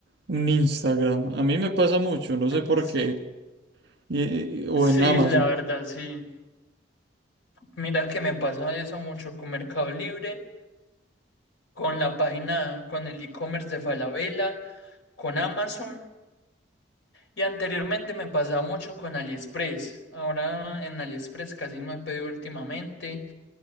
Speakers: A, on the right; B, on the left.
A: un Instagram. A mí me pasa mucho, no sé
B: <laughs>
A: por
B: Sí.
A: qué, y- y- o
B: Sí,
A: en Amazon.
B: la verdad, sí. Mira que me pasa eso mucho con Mercado Libre, con la página, con el e-commerce de Falabella, con Amazon. Y anteriormente me pasaba mucho con AliExpress. Ahora en AliExpress casi no he pedido últimamente.